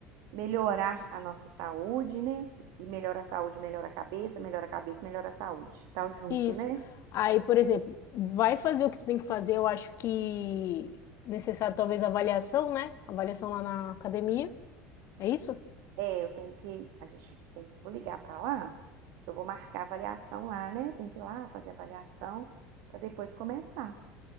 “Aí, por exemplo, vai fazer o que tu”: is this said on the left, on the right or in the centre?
Left